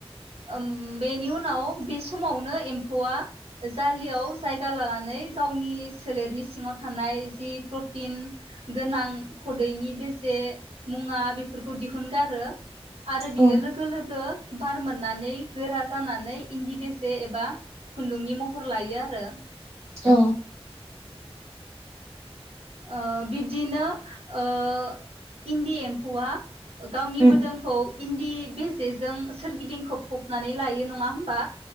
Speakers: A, on the right; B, on the right.
A: ओम बेनि उनाव बे समावनो एम्फौआ जालियाव जायगा लानानै गावनि सोलेरनि सिङाव थानाय जि प्रटिन गोनां खदैनि बेजे मुवा बेफोरखौ दिहुनगारो आरो बियो
B: औ
A: लोगो लोगो बार मोननानै गोरा जानानै इन्दि बेसे एबा खुनदुंनि महर लायोआरो
B: औ
A: ओ बि बिदोनो ओ ओ इदि एमफुवा गावनि
B: उम
A: मोदोमखौ इन्दि बे जेजों सोरगिदिंखौ फबनानै लायो नङा होमबा